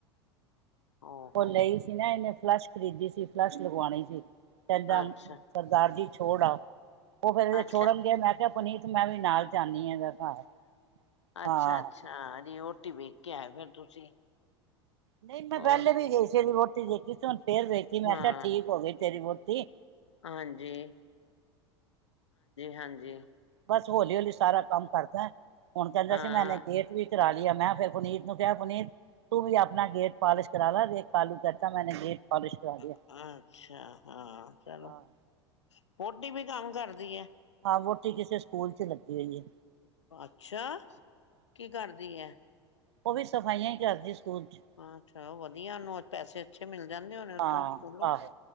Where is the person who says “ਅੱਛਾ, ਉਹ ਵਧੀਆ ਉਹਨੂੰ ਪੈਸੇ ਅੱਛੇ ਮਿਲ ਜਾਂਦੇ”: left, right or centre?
Left